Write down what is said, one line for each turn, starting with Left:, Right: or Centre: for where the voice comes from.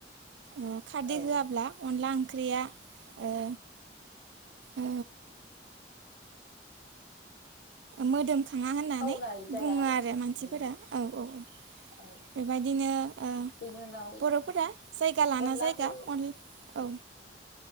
Right: ओ खारदै
Left: औ
Right: होआब्ला अनला ओंख्रिया ओ ओ मोदोमखाङा होननानै
Left: थावनाय जाया
Right: बुङो आरो मानसिफोरा
Left: मोदोम।
Right: औ औ-औ
Left: औ
Right: बेबायदिनो ओ
Left: बेनि उनाव
Right: बर फोरा जायगा लाना
Left: अनलाखौ
Right: जायगा अन औ